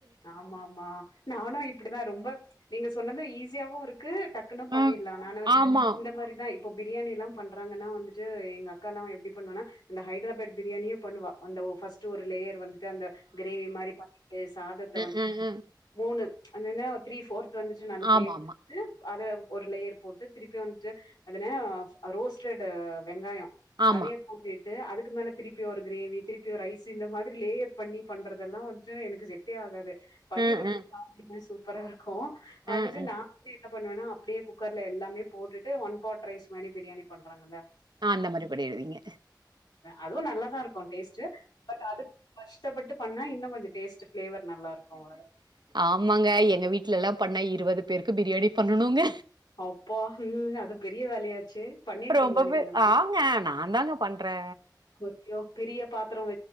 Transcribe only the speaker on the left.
ஆமா ஆமா நானு இப்டிதா ரொம்ப நீங்க சொன்னதை ஈஸியாவு இருக்கு டக் க்கனா பண்ணிலா
நானா வந்துட்டு
இந்த மாரிதான் இப்போ பிரியாணி எல்லா பண்றாங்கன்னா வந்துட்டு எங்க அக்காலா எப்டி பண்ணுவனா அந்த ஹைதராபாத் பிரியாணியே பண்ணுவா அந்த ஃபர்ஸ்ட் ஒரு லேயர் வந்துட்டு அந்த கிரேவி மாரி பண்ணிட்டு சாதத்
பூன்னு அன்னனா த்ரீ ஃபோர்த் வந்துட்டு நல்ல
வேக விட்டுட்டு
அத ஒரு லேயர் போட்டு திருப்பி வந்துட்டு அதன ரோஸ்டட் வெங்காயம்
அதயும் போட்டு ட்டு அதுக்கு மேல திருப்பி ஒரு கிரேவி திருப்பி ஒரு ரைஸ் இந்த மாதிரி லேயர் பண்ணி பண்றதெல்லா வந்துட்டு எனக்கு செட் டே ஆகாது பண்ணி
கொடுத்த
சாப்டுவே சூ ப்பரா இருக்கு
வந்துட்டு
நா என்ன பண்ணுவன்னா அப்டியே குக்கர்ல எல்லாமே போட்டுட்டு ஒன் பாட் ரைஸ் மாரி பிரியாணி பண்றாங்களா
அதுவும் நல்லதா இருக்கும் டேஸ்ட் பட் அதுக்கு கஷ் டப்பட்டு பண்ணா இன்னு கொஞ்ச டேஸ்ட் ஃபிளேவர் நல்லா இருக்கு அவ்ளோதா
அப்பா ம் அது பெரிய வேலயாச்சே பண்ணிருக்கீங்களா
நீங்க
அந்த மாரி
<unintelligible> பெரிய பாத்திர வ